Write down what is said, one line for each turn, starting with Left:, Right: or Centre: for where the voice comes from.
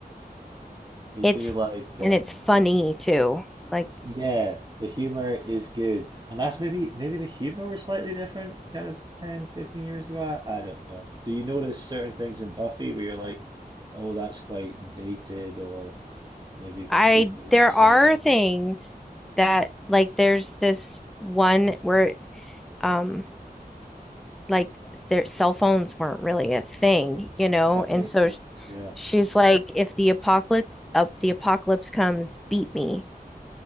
Right: They
Centre: It's,
Right: do like um
Centre: and it's funny too. Like,
Right: yeah, the humor is good. And that's maybe maybe the humor was slightly different kind of 10 15 years ago. I, I don't know. Do you notice certain things in Buffy where you're like, oh, that's quite dated or Maybe
Centre: I,
Right: people wouldn't
Centre: there
Right: say
Centre: are
Right: that
Centre: things
Right: now. <laughs>
Centre: that, like, there's this one where, um, like, their cell phones weren't really a thing, you know?
Right: Right.
Centre: And so
Right: That's
Centre: sh-
Right: yeah.
Centre: she's like, if the apocalypse, up the apocalypse comes, beat me.